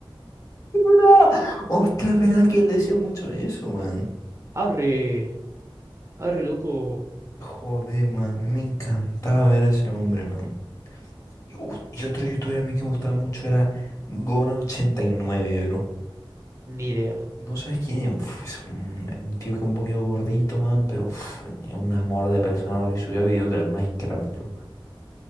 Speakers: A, on the left; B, on the right.
A: ¿Verdad? Hostia, es verdad que él decía mucho eso, man.
B: ¡Arre! ¡Arre, loco!
A: Joder, man, a mí me encantaba ver a ese hombre, man. Y, uf, y otro youtuber a mí que me gustaba mucho era Gona89, bro.
B: Ni idea.
A: No sabes quién es, uf, es un, un tío que es un poquito gordito, man, pero uf, es un amor de persona, bro, y subía videos del Minecraft, bro.